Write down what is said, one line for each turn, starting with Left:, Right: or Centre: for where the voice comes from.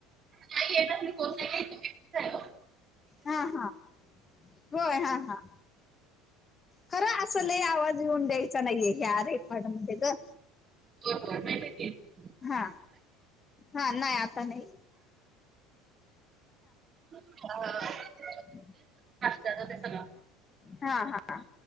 Right: नाही येतात मी कोसायलाेत.
Left: हा हा होय हा हा खर असल आवाज येऊन द्यायचा नाहीये ह्या रेकॉर्डमध्येध्ये ग
Right: होर माहिती क <inaudible>
Left: हा हा नाही आता नाही.
Right: हा
Left: ह
Right: ते चला
Left: हा हा